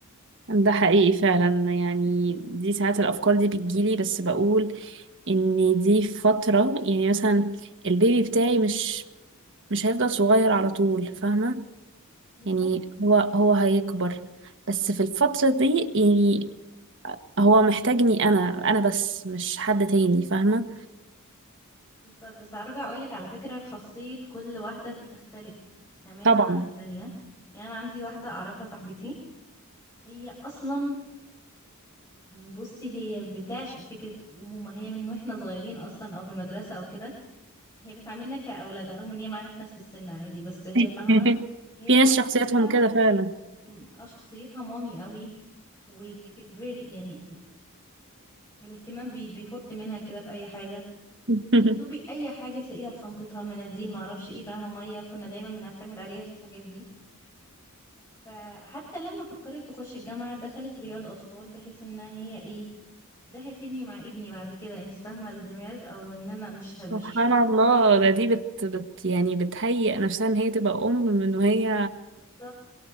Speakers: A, on the right; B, on the left.
A: ده حقيقي فعلا يعني دي ساعات الافكار دي بتجيلي بس بقول ان دي فترة يعني مثلا البيبي بتاعي مش مش هيفضل صغير على طول فاهمة
B: بالظبط
A: يعني هو هو هيكبر بس في الفترة دي يعني هو محتاجني انا انا بس مش حد تاني فاهمة
B: بالظبط بس هرجع اقولك على فكرة شخصية كل واحدة بتختلف تماما
A: طبعا
B: عن التانية يعني انا عندي واحدة اعرفها صاحبتي هي اصلا بصي هي بتعشق فكرة أمومة هي من واحنا صغيرين أصلا أو في المدرسة أو كده هي بتعاملنا كأولادها رغم ان هي معانا في نفس السن عادي بس هي
A: <laughs>
B: فاهمة هي
A: في
B: تحسيها
A: ناس شخصياتهم كده فعلا
B: م- اه شخصيتها مامي قوي وفيري يعني ال- الاهتمام بي بيفط منها كده في اي حاجة
A: <laughs>
B: تطلبي اي حاجة تلاقيها في شنطتها مناديل معرفش ايه فاهمة مية كنا دايما بنعتمد عليها في الحاجات دي فحتى لما فكرت تخش الجامعة دخلت رياض اطفال بحيث ان هي ايه ده هيفيدني مع ابني بعد كده انت فاهمة الدماغ او ان انا مش ه- مش
A: سبحان الله ده دي بت, بت يعني بتهيئ نفسها ان هي تبقى ام من وهي
B: بالظبط